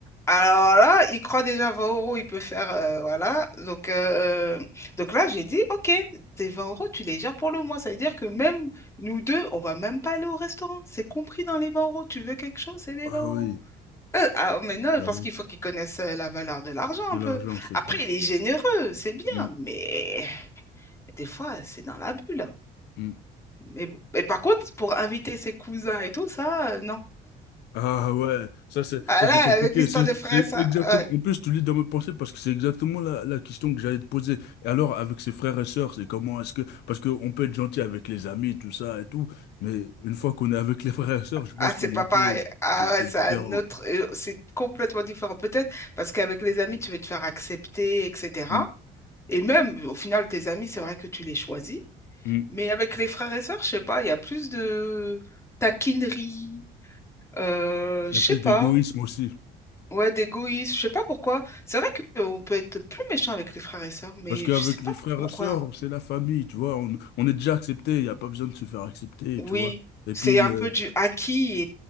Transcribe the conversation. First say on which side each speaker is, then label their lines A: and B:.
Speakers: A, on the left (about 15°); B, on the left (about 80°).
A: alors là, il croit déjà 20 euros, il peut faire... euh, voilà. Donc, euh, donc là, j'ai dit, OK, tes 20 euros, tu les gères pour le mois. Ça veut dire que même nous deux, on va même pas aller au restaurant. C'est compris dans les 20 euros. Tu veux quelque chose, c'est les
B: Ah
A: 20 euros.
B: oui,
A: Euh, ah, mais non,
B: j'avoue.
A: parce qu'il faut qu'ils connaissent euh, la valeur de l'argent
B: de
A: un
B: l'argent,
A: peu.
B: c'est
A: Après,
B: vrai.
A: il est généreux, c'est bien,
B: Hmm,
A: mais des fois, c'est dans la bulle.
B: hmm.
A: Mais bon. Et par contre, pour inviter ses cousins et tout, ça, euh, non.
B: Ah ouais, ça c'est
A: Ah
B: ça
A: là,
B: c'est compliqué.
A: avec l'histoire
B: C'est
A: des frères,
B: c'est
A: ça.
B: exactement.
A: ouais.
B: En plus, tu lis dans mes pensées parce que c'est exactement la, la question que j'allais te poser. Et alors, avec ses frères et sœurs, c'est comment est-ce que parce qu'on peut être gentil avec les amis, tout ça et tout, mais une fois qu'on est avec les <laughs> frères et sœurs, je pense
A: Ah,
B: qu'on
A: c'est pas
B: est un
A: pareil.
B: peu
A: Ah
B: c'est c'est
A: ouais, c'est
B: différent.
A: un autre. euh, C'est complètement différent. Peut-être parce qu'avec les amis, tu veux te faire accepter, etc.
B: Mm,
A: Et même, au final, tes amis, c'est vrai que tu les choisis.
B: mm.
A: Mais avec les frères et sœurs, je sais pas, il y a plus de taquinerie. Euh,
B: Il
A: je
B: y a
A: sais
B: plus
A: pas.
B: d'égoïsme aussi
A: Ouais, d'égoïsme. Je sais pas pourquoi. C'est vrai qu'on peut être plus méchant avec les frères et sœurs, mais
B: parce qu'avec
A: je sais pas
B: les frères
A: pourquoi.
B: et sœurs, c'est la famille, tu vois. On, on est déjà accepté, il n'y a pas besoin de se faire accepter,
A: Oui,
B: tu vois. Et
A: c'est
B: puis,
A: un
B: euh,
A: peu du acquis